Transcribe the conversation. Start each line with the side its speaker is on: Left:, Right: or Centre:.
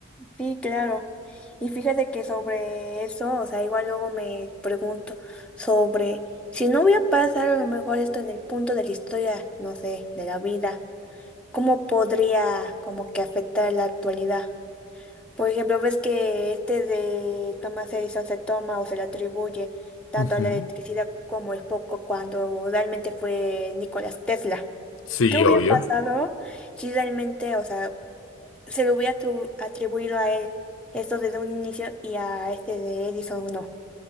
Centre: Sí, claro. Y fíjate que sobre eso, o sea, igual luego me pregunto sobre si no hubiera pasado a lo mejor esto en el punto de la historia, no sé, de la vida, ¿cómo podría como que afectar la actualidad? Por ejemplo, ves que este de Thomas Edison se toma o se le atribuye tanto
Left: Ujú.
Centre: a la electricidad como el foco cuando realmente fue Nikola Tesla.
Left: Sí,
Centre: ¿Qué hubiera
Left: obvio.
Centre: pasado si realmente, o sea, se le hubiera atru- atribuido a él esto desde un inicio y a este de Edison no.